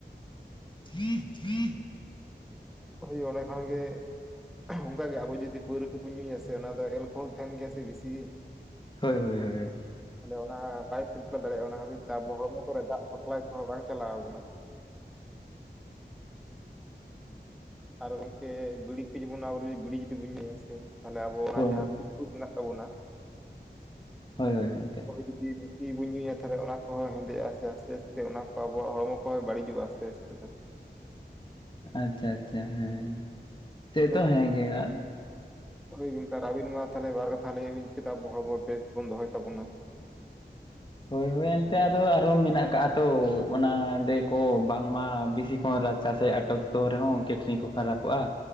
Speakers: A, on the left; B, in the centre.
A: <inaudible>
B: ᱦᱳᱭ ᱚᱸᱰᱮ ᱠᱷᱚᱱ ᱜᱮᱼᱼ ᱚᱱᱠᱟ ᱜᱮ ᱟᱵᱚ ᱡᱩᱫᱤ ᱯᱟᱹᱣᱨᱟᱹ ᱠᱩᱵᱩᱱ ᱧᱩᱭᱟ ᱥᱮ ᱚᱱᱟ ᱫᱚ ᱮᱞᱠᱳᱦᱳᱞ ᱛᱟᱦᱮᱱ ᱜᱮᱭᱟ ᱥᱮ ᱵᱤᱥᱤ ᱜᱤ᱾
A: ᱦᱚᱭ ᱦᱚᱭ ᱦᱳᱭ᱾
B: ᱛᱚ ᱚᱱᱟ ᱯᱟᱭᱤᱯ ᱯᱷᱤᱞᱯᱟᱨ ᱫᱟᱲᱮᱭᱟᱜᱼᱟ ᱚᱱᱟ ᱠᱷᱟᱹᱛᱤᱨ ᱛᱮ ᱟᱵᱚ ᱦᱚᱲᱢᱚ ᱠᱚᱨᱮ ᱫᱟᱜ ᱥᱟᱯᱞᱟᱭ ᱠᱚᱦᱚᱸ ᱵᱟᱝ ᱪᱟᱞᱟᱣ ᱟᱵᱚᱱᱟ ᱟᱨ ᱜᱚᱝᱠᱮ ᱵᱤᱲᱤ ᱠᱚ ᱡᱮᱢᱚᱱ ᱟᱵᱚ ᱵᱤᱲᱤ ᱡᱩᱫᱤ ᱵᱚᱱ ᱧᱩᱭᱟ ᱥᱮ ᱛᱟᱦᱚᱞᱮ ᱟᱵᱚ ᱚᱱᱟ
A: ᱦᱳᱭ
B: ᱡᱟᱦᱟᱸ ᱢᱮᱱᱟᱜ ᱛᱟᱵᱚᱱᱟ
A: ᱦᱳᱭ ᱦᱳᱭ ᱮᱱᱛᱮᱫ
B: ᱡᱩᱫᱤ ᱵᱮᱥᱤ ᱵᱚᱱ ᱧᱩᱭᱟ ᱛᱟᱦᱚᱞᱮ ᱚᱱᱟ ᱠᱚᱦᱚᱸ ᱦᱮᱸᱫᱮᱜᱼᱟ ᱥᱮ ᱟᱥᱛᱮ ᱟᱥᱛᱮ ᱚᱱᱟ ᱠᱚ ᱟᱵᱚᱣᱟᱜ ᱦᱚᱲᱢᱚ ᱠᱚᱦᱚᱸ ᱵᱟᱹᱲᱤᱡᱚᱜᱼᱟ ᱟᱥᱛᱮ ᱟᱥᱛᱮ ᱫᱚ
A: ᱟᱪᱪᱷᱟ ᱟᱪᱪᱷᱟ ᱦᱮᱸ ᱥᱮᱛᱚ
B: ᱦᱳᱭ ᱜᱚᱝᱠᱮ
A: ᱦᱮᱸ ᱜᱮᱼ ᱟᱨ
B: ᱦᱳᱭ ᱜᱚᱝᱠᱮ ᱟᱨ ᱟᱹᱵᱤᱱ ᱢᱟ ᱛᱟᱦᱚᱞᱮ ᱵᱟᱨ ᱠᱟᱛᱷᱟ ᱞᱟᱹᱭᱟᱵᱤᱱ ᱪᱤᱠᱟ ᱟᱵᱚ ᱦᱚᱲᱚ ᱵᱮᱥ ᱵᱚᱱ ᱫᱚᱦᱚᱭ ᱛᱟᱵᱚᱱᱟ
A: ᱦᱳᱭ ᱦᱳᱭ ᱮᱱᱛᱮ ᱟᱫᱚ ᱟᱨᱦᱚᱸ ᱢᱮᱱᱟᱜ ᱠᱟᱜᱼᱟ ᱛᱚ ᱚᱱᱟ ᱞᱟ, ᱭ ᱠᱚ ᱵᱟᱝᱢᱟ ᱵᱤᱥᱤ ᱦᱚᱸ ᱨᱟᱪᱟᱥᱮᱫ ᱟᱴᱚᱠ ᱫᱚᱦᱚ ᱨᱮᱦᱚᱸ ᱠᱤᱴᱱᱤ ᱠᱚ ᱠᱷᱟᱨᱟᱯᱚᱜᱼᱟ